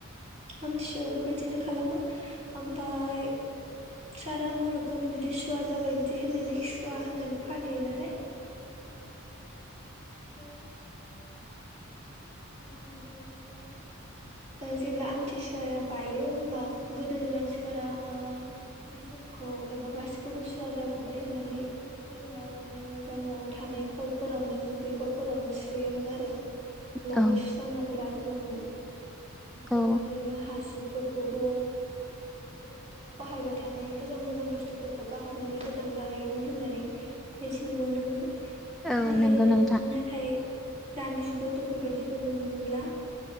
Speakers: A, on the right (about 30°); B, in the centre.
A: आमथि सुवायाव बेबायदिनो खालामो ओमफ्राय। सारा मुलुगखौनो बिदि सु सुवा जाबाय बिदि होननानै सुवा होननानै फालियो नालाय। खालिथ'।
B: <inaudible>
A: होनना बुङो बेखौहाय। जेब्ला आमथिसुवाया बायो होमबा गोदोनि मानसिफोरा। जि जोमखौ एबा गासिखौबो सुवा जाजोब्बाय होननानै दैमायाव लांनानै बा न'आव थानाय खलफोरावनो दैखरफोरावनो सुयोमोन आरो। सुनानै
B: औ
A: सुस्रांनानै लाजोबोमोन ओमफ्राय
B: औ
A: बेबायदिनो हासिब। फोरखौबो ज न'आव बाहायबाय थानाय गोजान गोजान बुस्थुफोरखौ गाहरनानै गोदान लाहैयोमोन होननानै मिथिनो मोनोमोन ओमफ्राय
B: औ नंगौ नोंथां
A: नाथाय। दानि जुगावथ' बेबायदिखौ नुनो मोनला।